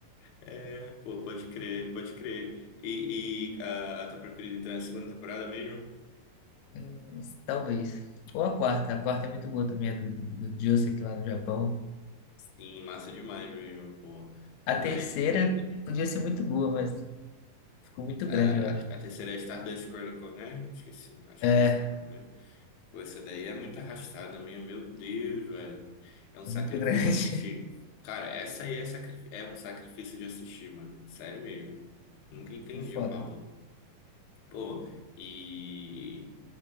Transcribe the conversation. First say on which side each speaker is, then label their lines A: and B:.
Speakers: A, on the left; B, on the left.
A: É, pô, pode crer, pode crer. E, e a, a tua preferida, então, é a segunda temporada mesmo?
B: Hum, talvez. Ou a quarta. A quarta é muito boa também, a do, do Josuke lá no Japão.
A: Sim, massa demais mesmo, pô.
B: A
A: Mas
B: terceira podia ser muito boa, mas ficou muito
A: É,
B: grande,
A: a,
B: eu acho.
A: a terceira é Stardust Chronicles, né? Esqueci, o- acho
B: É,
A: que é esse que é o nome, né? Pô, essa daí é muito arrastada mesmo, meu Deus, velho. É um sacrifício
B: é muito grande.
A: assistir. Cara, essa aí é, sacri- é um sacrifício de assistir, mano. Sério mesmo. Nunca entendi
B: <laughs> Foda.
A: o papo. Pô, e